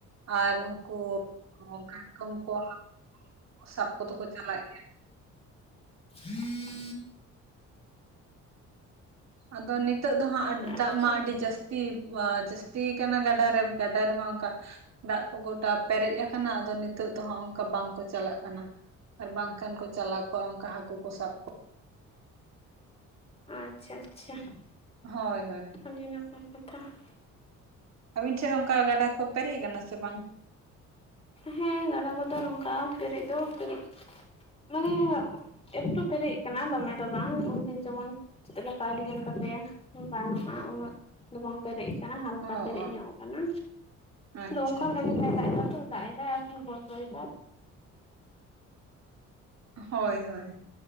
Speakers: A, on the right; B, on the left.
A: ᱟᱨ ᱩᱝᱠᱩ ᱠᱟᱴᱠᱚᱢ ᱠᱚ ᱦᱟᱹᱠᱩ ᱥᱟᱵ ᱠᱚᱫᱚ ᱠᱚ ᱪᱟᱞᱟᱜ
B: <unintelligible>
A: ᱟᱫᱚ ᱱᱤᱛᱳ ᱫᱚ ᱦᱟᱸᱜ ᱫᱟᱜ
B: ᱟᱪᱪᱷᱟ
A: ᱢᱟ ᱟᱹᱰᱤ ᱡᱟᱹᱥ ᱛᱤ ᱡᱟᱹᱥᱛᱤ ᱠᱟᱱᱟ ᱜᱟᱰᱟᱟᱨᱮ ᱜᱟᱰᱟ ᱨᱮᱢᱟ ᱚᱝᱠᱟ ᱫᱟᱜ ᱠᱚ ᱜᱚᱴᱟ ᱯᱮᱨᱮᱡ ᱠᱟᱱᱟ ᱟᱫᱚ ᱱᱤᱛᱚᱜ ᱫᱚ ᱦᱟᱸᱜ ᱚᱝᱠᱟ ᱵᱟᱝᱠᱚ ᱪᱟᱞᱟᱜ ᱠᱟᱱᱟ ᱾ ᱟᱨ ᱵᱟᱝᱠᱷᱟᱱ ᱠᱚ ᱪᱟᱞᱟᱣ ᱠᱚᱜᱼᱟ ᱚᱝᱠᱟ ᱦᱟᱹᱠᱩ ᱠᱚ ᱥᱟᱵ ᱠᱚ ᱾
B: ᱟᱪᱪᱷᱟ ᱟᱪᱪᱷᱟ ᱾
A: ᱦᱳᱭ ᱦᱳᱭ ᱾
B: ᱟᱹᱰᱤ ᱱᱟᱯᱟᱭ ᱠᱟᱛᱷᱟ ᱾
A: ᱟᱵᱤᱱ ᱴᱷᱮᱡ ᱚᱝᱠᱟ ᱜᱟᱰᱟ ᱠᱚ ᱯᱮᱨᱮᱡ ᱠᱟᱱᱟ ᱥᱮ ᱵᱟᱝ?
B: ᱦᱮᱸ ᱜᱟᱰᱟ ᱠᱚᱫᱚ ᱱᱚᱝᱠᱟ ᱯᱮᱨᱮᱡ ᱫᱚ ᱯᱮᱨᱮᱡ ᱢᱟᱱᱮ ᱮᱠᱴᱩ ᱯᱮᱨᱮᱡ ᱠᱟᱱᱟ ᱫᱚᱢᱮ ᱫᱚ ᱵᱟᱝ ᱩᱱᱫᱤᱱ ᱡᱮᱢᱚᱱ ᱪᱮᱫ ᱞᱮᱠᱟ ᱟᱹᱰᱤᱜᱟᱱ ᱠᱟᱛᱮ ᱵᱟᱱᱚᱜᱼᱟ ᱩᱱᱟᱹᱜ ᱫᱚ ᱵᱟᱝ ᱯᱮᱨᱮᱡ ᱠᱟᱱᱟ ᱦᱟᱞᱠᱟ
A: ᱚ
B: ᱯᱮᱨᱮᱡ
A: ᱚ
B: ᱧᱚᱜ ᱠᱟᱱᱟ,
A: ᱟᱪᱪᱷᱟ
B: ᱟᱫᱚ ᱚᱱᱠᱟ
A: ᱟᱪᱪᱷᱟ
B: ᱵᱷᱟᱜᱮ ᱫᱟᱜ ᱮᱫᱟᱭ ᱟᱨᱦᱚ ᱵᱚᱱᱫᱭ ᱫᱟᱭ᱾
A: ᱦᱳᱭ ᱦᱳᱭ᱾